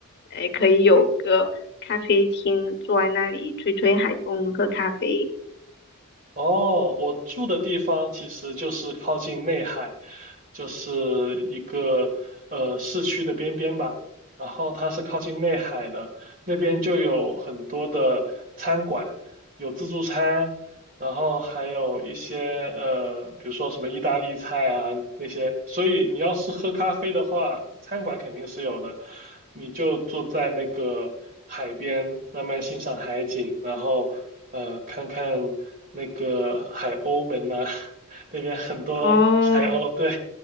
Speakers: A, on the left (about 50°); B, on the right (about 40°).
A: 哎，可以有个咖啡厅，坐在那里吹吹海风，喝咖啡。
B: 哦，我住的地方其实就是靠近内海，就是一个呃市区的边边吧。然后它是靠近内海的，那边就有很多的餐馆，有自助餐，然后还有一些呃，比如说什么意大利菜啊那些，所以你要是喝咖啡的话，餐馆肯定是有的，你就坐在那个海边，慢慢欣赏海景，然后呃，看看那个海鸥们呐、<laughs> 那边很多海鸥，
A: 哦，
B: 对，